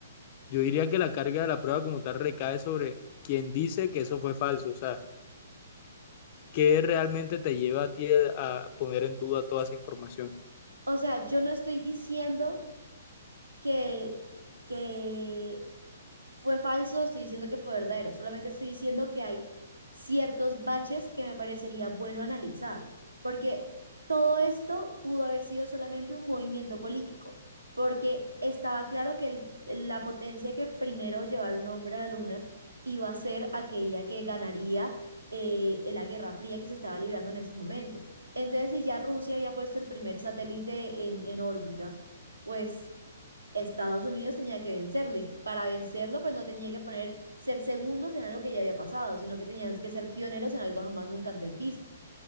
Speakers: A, on the left (about 40°); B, on the right (about 85°).
A: Yo diría que la carga de la prueba como tal recae sobre quien dice que eso fue falso, o sea, ¿qué realmente te lleva a ti a a poner en duda toda esa información?
B: O sea, yo no estoy diciendo que, que fue falso, estoy diciendo que fue verdadero, solamente estoy diciendo que hay ciertos baches que me parecería bueno analizar, porque todo esto pudo haber sido solamente un movimiento político, porque estaba claro que el- la potencia que primero llevar un hombre a la luna iba a ser aquella que ganaría eh, en la Guerra Fría que se estaba librando en esos momentos. Entonces, si ya Rusia había puesto el primer satélite en, en órbita, pues Estados Unidos tenía que vencerlo y para vencerlo pues no tenía que poner ser segundos en algo que ya había pasado, sino que tenían que ser pioneros en algo jamás nunca antes visto.